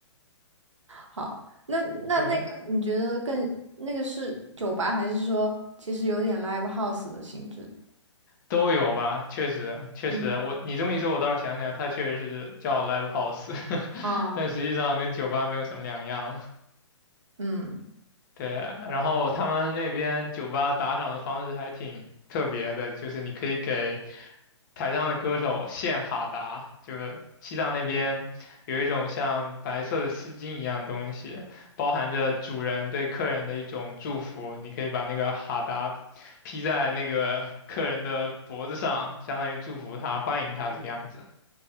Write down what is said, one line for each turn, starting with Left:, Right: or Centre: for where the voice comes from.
Right: 好，那那那个你觉得更那个是酒吧，
Left: <laughs> 对，
Right: 还是说其实有点 live house 的性质？
Left: 都有吧，确实，确实，
Right: 嗯
Left: 我你这么一说，我倒是想起来，它确实是叫 live house，<laughs>
Right: 啊，
Left: 但实际上跟酒吧没有什么两样。
Right: 嗯。
Left: 对，然后他们那边酒吧打赏的方式还挺特别的，就是你可以给台上的歌手献哈达，就是西藏那边有一种像白色的丝巾一样东西，包含着主人对客人的一种祝福。你可以把那个哈达披在那个客人的脖子上，相当于祝福他、欢迎他这个样子。